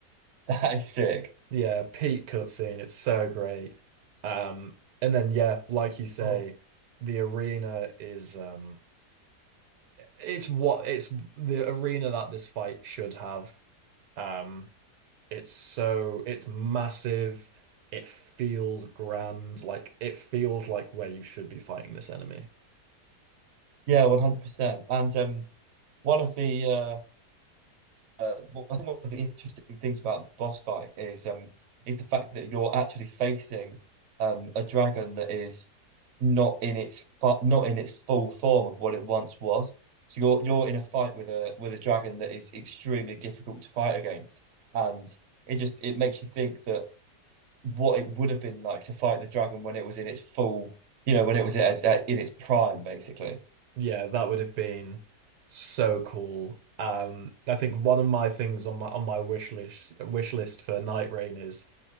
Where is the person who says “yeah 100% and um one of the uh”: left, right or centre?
Right